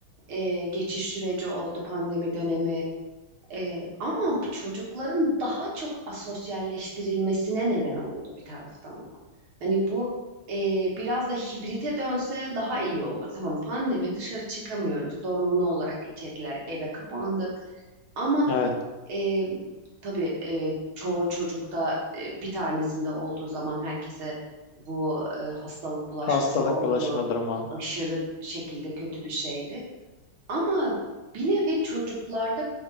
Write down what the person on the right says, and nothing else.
ee, geçiş süreci oldu pandemi dönemi. Ee, ama bu çocukların daha çok asosyalleştirilmesine neden oldu bir taraftan da. Hani bu e, biraz da hibrite dönse daha iyi olur. Tamam pandemi dışarı çıkamıyoruz. Zorunlu olarak içeriler eve kapandık. Ama
e, tabii e, çoğu çocukta e, bir tanesinde olduğu zaman herkese bu e, hastalık bulaşması
olduğu
aşırı şekilde kötü bir şeydi. Ama bir nevi çocuklarda